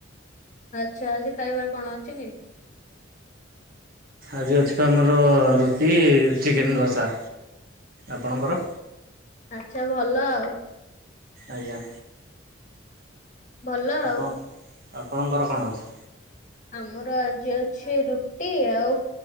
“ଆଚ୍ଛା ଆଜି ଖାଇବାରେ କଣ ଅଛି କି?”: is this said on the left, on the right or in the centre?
Left